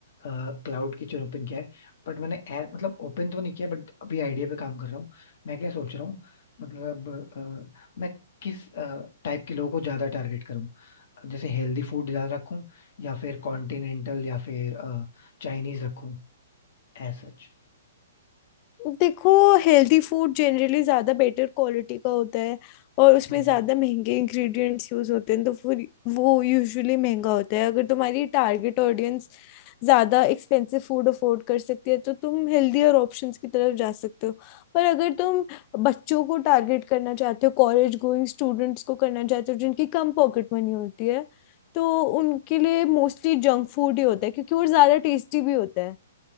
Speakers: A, on the left; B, on the left.
A: क्लाउड किचन ओपन किया है बट मैंने ऐप मतलब ओपन तो नहीं किया बट अभी आइडिया पे काम कर रहा हूँ मैं क्या सोच रहा हूँ मतलब अ, मैं किस टाइप के लोगों को ज्यादा टारगेट करूँ जैसे हेल्दी फूड ज्यादा रखूँ या फिर कॉन्टिनेंटल या फिर चाइनीज रखूँ एज सच
B: देखो हेल्दी फूड जनरली ज़्यादा बेटर क्वालिटी का होता है और उसमें
A: हम्म
B: ज़्यादा महंगे इंग्रेडिएंट्स यूज़ होते हैं तो फिर वो यूजुअली महंगा होता है अगर तुम्हारी टारगेट ऑडियंस ज़्यादा एक्सपेंसिव फूड अफोर्ड कर सकती है तो तुम हेल्दियर ऑप्शंस की तरफ जा सकते हो पर अगर तुम बच्चों को टारगेट करना चाहते हो कॉलेज गोइंग स्टूडेंट्स को करना चाहते हो जिनकी कम पॉकेट मनी होती है तो उनके लिए मोस्टली जंक फूड ही होता है क्योंकि वो ज़्यादा टेस्टी भी होता है